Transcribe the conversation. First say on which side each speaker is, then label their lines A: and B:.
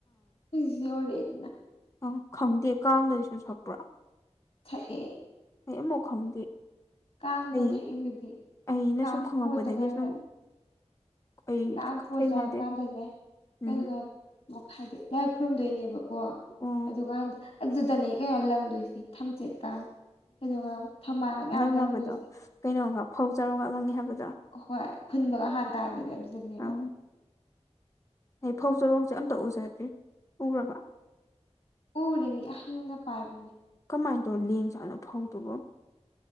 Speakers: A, on the left (about 55°); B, on the left (about 25°).
A: ꯐ
B: ꯑ ꯈꯪꯗꯦ ꯀꯥꯡꯗꯁꯨ ꯊꯛꯄ꯭ꯔꯥ
A: ꯁꯛꯑꯦ
B: ꯑꯩ ꯑꯃꯐꯥꯎ ꯈꯪꯗꯦ
A: ꯀꯥꯡꯗ
B: ꯑꯩ
A: ꯊꯛꯏꯗꯨꯗꯤ
B: ꯑꯩꯅ
A: ꯀꯥꯡ
B: ꯁꯨꯝ ꯈꯪꯉꯛꯄꯗꯒꯤ
A: ꯄꯣꯠꯇꯀꯥꯟꯗ
B: ꯁꯨꯝ ꯑꯩ
A: ꯀꯥꯡ ꯐ
B: ꯊꯦꯡꯅꯗꯦ
A: ꯆꯥ ꯀꯥꯟꯗꯅꯦ
B: ꯎꯝ
A: ꯀꯩꯗꯅꯣ ꯃꯈꯥꯏꯗꯤ ꯂꯥꯏ ꯈꯨꯔꯨꯝꯗꯣꯏꯅꯦꯕꯀꯣ
B: ꯑꯣ
A: ꯑꯗꯨꯀꯥꯟꯗ ꯑꯗꯨꯗꯅꯦ ꯀꯩꯅꯣ ꯂꯪꯗꯣꯏꯁꯤ ꯊꯝꯆꯦꯠꯀ ꯀꯩꯅꯣꯒ ꯊꯝꯕꯥꯜꯅ ꯃꯌꯥꯝ
B: ꯪꯅꯕꯗꯣ
A: ꯂꯪꯗꯣꯏꯁꯦ
B: ꯀꯩꯅꯣ ꯐꯧꯖꯔꯣ ꯉꯥꯛꯂꯪꯉꯦ ꯍꯥꯏꯕꯗꯣ
A: ꯑ ꯍꯣꯏ ꯈꯨꯟꯕꯒ ꯍꯥꯟꯅ ꯇꯥꯗꯤꯩ ꯂꯣꯏꯝꯖꯅꯦꯕ
B: ꯑꯪ ꯑꯩ ꯐꯧ ꯆꯔꯣꯡꯁꯦ ꯑꯝꯇ ꯎꯖꯗ꯭ꯔꯤ ꯎꯔꯕ
A: ꯎ ꯔꯦꯃꯤ ꯑꯍꯅꯗ ꯄꯥꯏꯕ
B: ꯀꯃꯥꯏꯅ ꯇꯧ ꯂꯦꯡꯖꯥꯠꯅꯣ ꯐꯧꯗꯨꯕ